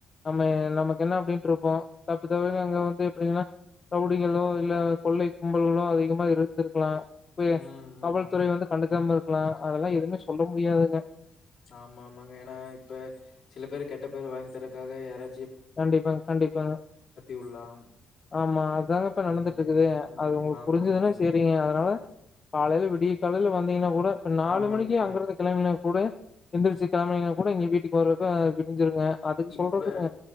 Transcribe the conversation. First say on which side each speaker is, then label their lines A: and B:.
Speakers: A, on the left (about 35°); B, on the left (about 65°).
A: நம்ம நமக்கு என்ன அப்டின்றுக் ஓ தப்பி தவறி அங்க வந்து எப்டிங்கன்னா ரவுடிகளோ இல்ல கொள்ளை கும்பலுகளு அதிகமா இருந்திருக்கலா இப்ப
B: ம்
A: காவல்துறை
B: ம்
A: வந்து கண்டுக்காம இரு லா அதெல்லா எதுவுமே சொல்ல முடியாதுங்க
B: ஆமா ஆமாங்க ஏன்னா இப்ப சில பேர் கெட்ட பேர் வாங்கி தரக்காக யாரா
A: கண்டிப்பாங்க கண்டிப்பாங்க
B: விடலாம்.
A: ஆமா அதுதாங்க இப்ப
B: ஆமாங்க.
A: நடந்துட்டு இருக்குது
B: ம்.
A: அது உங்களுக்கு
B: ஆமாமாங்க.
A: புரிஞ்சதுன்னா
B: ஆமாங்க.
A: செரிங்க அதனால காலைல விடிய காலையல வந் இருந்திங்கனா கூட நாலு
B: ஆமாங்க.
A: மணிக்கு அங்கருந்து கிழமினா கூட எந்திரிச்சி கிளம்ப்னிங்ன்னா கூட இங்க வீட்டுக்கு வர அ விடிஞ்சிருங்க அதுக்கு
B: இப்ப
A: சொல்றதுங்க